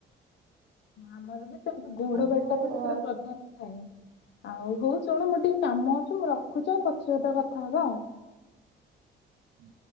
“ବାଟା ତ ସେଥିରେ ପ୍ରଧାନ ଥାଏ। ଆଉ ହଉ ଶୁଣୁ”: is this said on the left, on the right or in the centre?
Left